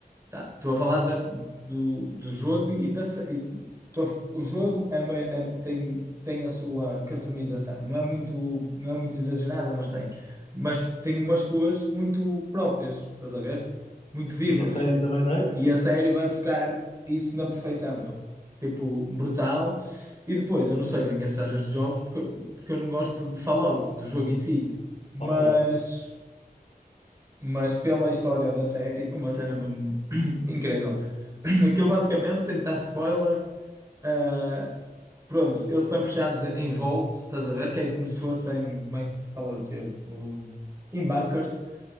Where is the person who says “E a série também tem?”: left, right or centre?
Left